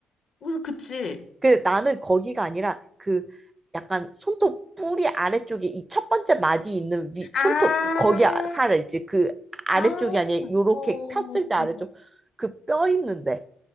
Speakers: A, on the left; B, on the right.
A: 그래서 그치?
B: 근데 나는 거기가 아니라 그 약간 손톱 뿌리 아래쪽에 이 첫 번째 마디 있는 위
A: 아,
B: 손톱 거기 아- 살 있지 그 아래쪽이
A: 아, 어,
B: 아니라 요렇게
A: 어.
B: 폈을 때 아래쪽 그 뼈 있는데.